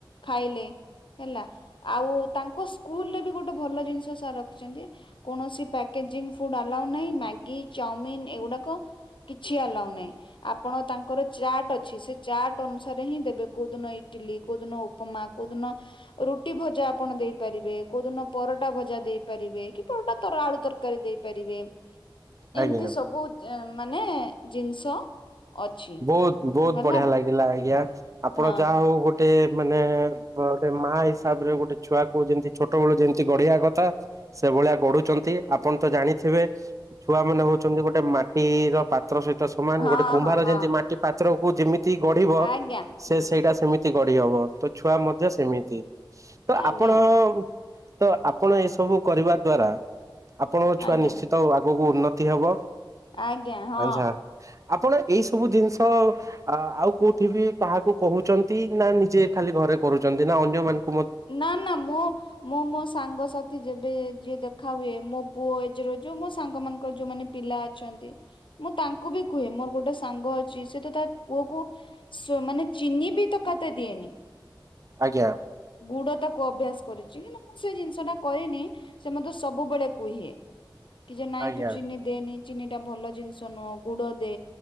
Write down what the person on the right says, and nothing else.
ଆଜ୍ଞା
ବହୁତ ବହୁତ
ବଢିଆ ଲାଗିଲା ଆଜ୍ଞା ଆପଣ
ଯାହା ହଉ ଗୋଟେ ଗୋଟେ ମାନେ ସେ ମା ହିସାବ ରେ ଗୋଟେ ଛୁଆକୁ ଯେମିତି ଛୋଟ ବେଳୁ ଯେମିତି ଗଢେଇବା କଥା ସେ ଭଳିଆ ଗଢୁଛନ୍ତି ଆପଣ ତ ଜାଣିଥିବେ ଛୁଆ ମାନେ ହଉଛନ୍ତି ଗୋଟେ ମା ଏଇ ର ପାତ୍ର ସହିତ ସମାନ
ଗୋଟେ କୁମ୍ଭାର
ଯେମିତି ପାତ୍ରକୁ ଯେମିତି ତି ଗଢିବ
ସେ
ସେଇଟା ସେମିତି ଗଢ ହବ ତ ଛୁଆ ମଧ୍ୟ ସେମିତି ତ
ଆପଣ ତ ଆପଣ ଏ ସବୁ କରିବା ଦ୍ଵାରା ଆପଣଙ୍କ ଛୁଆ
ନିଶ୍ଚିତ ଆ ଆଗକୁ ଉନ୍ନତି ହବ।
ଆଛା ଆପଣ ଏଇ ସବୁ ଜିନିଷ ଆଉ କୋଉଠି ବି କାହାକୁ କହୁଛନ୍ତି ନା ନିଜେ ଖାଲି ଘରେ କରୁଛନ୍ତି ନା ଅନ୍ୟ ମ
ଆଜ୍ଞା।
ଆଜ୍ଞା